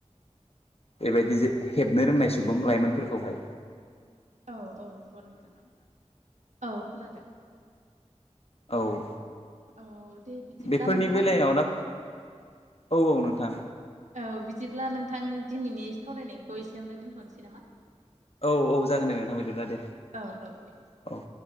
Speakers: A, on the left; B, on the right.
A: बेबायदि जे हेबनो रोंनाय सुबुं लाइमोनफोरखौहाय
B: औ औ नंगौ नोंथां औ खोनादों
A: औ
B: औ दे बिदिब्ला
A: बेफोरनि
B: नोंथां
A: बेलायाव दा औ औ नोंथां
B: औ बिदिब्ला नोंथां दिनैनि सावरायनायखौ एसेयावनो दोनथ'नोसै नामा?
A: औ औ जागोन दे नोंथां बिदिब्ला दे
B: औ औ दे
A: औ